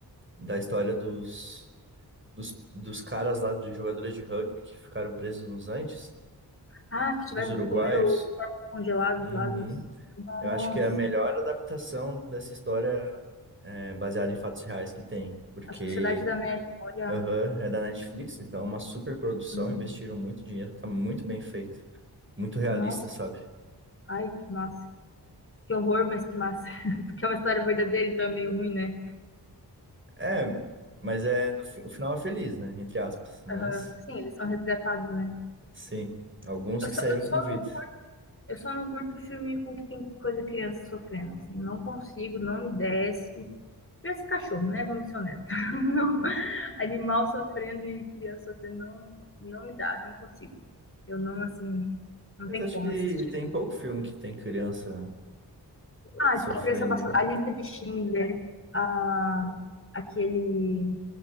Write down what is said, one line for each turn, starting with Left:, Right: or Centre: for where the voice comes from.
Right: da história dos, dos, dos caras lá, dos jogadores de rugby que ficaram presos nos Andes,
Left: Ah, que tiveram
Right: os uruguaios.
Left: que comer os corpos congelados
Right: Uhum.
Left: lá dos. Nossa,
Right: Eu acho que é a melhor adaptação dessa história é, baseada em fatos reais que tem, porque
Left: a Sociedade da Neve, olha.
Right: aham, é da Netflix, então é uma super produção,
Left: Uhum.
Right: investiram muito dinheiro, tá muito bem feito, muito realista,
Left: Nossa,
Right: sabe?
Left: ai, que massa. Que horror, mas que massa. <laughs> Porque é uma história verdadeira, então é meio ruim, né?
Right: É, mas é no fi- o final é feliz, né? Entre aspas, mas
Left: Aham. Sim, eles são resgatados, né?
Right: sim, alguns
Left: Eu
Right: que
Left: só,
Right: saíram
Left: eu só
Right: com vida.
Left: não curto, eu só não curto filme com que tem coisa criança sofrendo, assim. Eu não consigo, não me desce. esse cachorro, né? Vamos ser honestos. <laughs> animal sofrendo e criança sofrendo não, não me dá, não consigo. Eu não, assim, não
Right: Mas
Left: tem
Right: acho
Left: como
Right: que
Left: assistir.
Right: tem pouco filme que tem criança
Left: Ah,
Right: sofrendo,
Left: tipo, criança passou
Right: né?
Left: a lista de Schindler, a, aquele